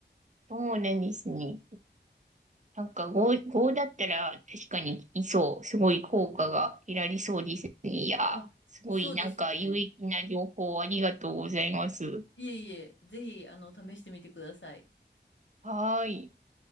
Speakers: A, on the right; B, on the left.
A: そうなんですね。なんか5、5だったら確かにいそう。すごい効果が得られそうですね。いや、
B: あそうですね。
A: すごいなんか有益な情報ありがとうございます。
B: いえいえ、ぜひあの試してみてください。
A: はーい。